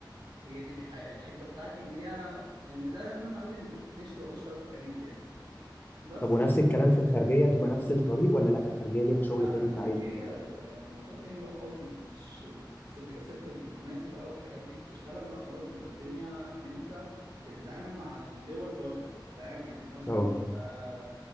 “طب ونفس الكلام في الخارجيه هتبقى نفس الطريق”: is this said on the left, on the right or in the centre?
Left